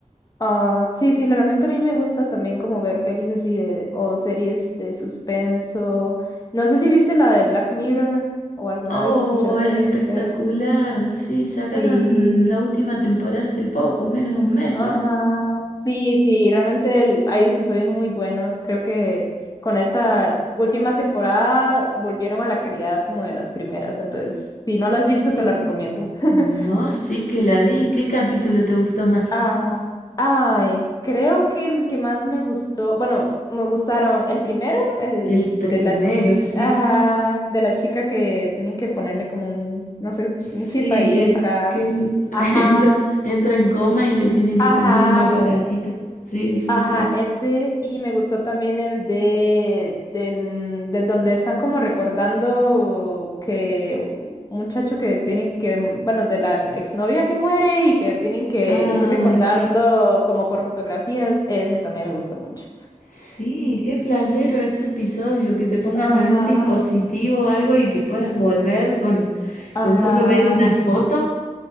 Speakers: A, on the left; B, on the left.
A: Ah, sí, sí, realmente a mí me gusta también como ver pelis así de, o series de suspenso. No sé si viste la de Black Mirror o alguna
B: Oh,
A: vez escuchaste
B: es espectacular.
A: de...
B: Sí, sacaron
A: Sí,
B: la última temporada hace poco, menos de un mes,
A: ajá,
B: ¿no?
A: sí, sí, realmente el- hay episodios muy buenos. Creo que con esta última temporada volvieron a la calidad como de las primeras. Entonces, si no la has
B: Sí.
A: visto, te la recomiendo. <laughs>
B: No, sí que la vi. ¿Qué capítulo te gustó más?
A: Ah, ay, creo que el que más me gustó, bueno, me gustaron el primero, el
B: El primero,
A: de la,
B: sí.
A: ajá, de la chica que tienen que ponerle como un, no sé,
B: Sí,
A: un chip ahí
B: que,
A: para,
B: que en-
A: ajá,
B: <laughs> entra, entra en coma y le tienen que
A: ajá,
B: poner un aparatito. Sí, sí,
A: Ajá,
B: sí.
A: ese y me gustó también el de del, mm, del donde están como recordando que un muchacho que tiene que, mm, bueno, de la exnovia que muere y que tienen que
B: Ay,
A: ir recordando
B: sí.
A: como por fotografías, ese también me gustó mucho.
B: Sí, qué flashero ese episodio, que te pongan
A: Ajá,
B: algún dispositivo o algo y que puedas volver con,
A: ajá.
B: con solo ver una foto.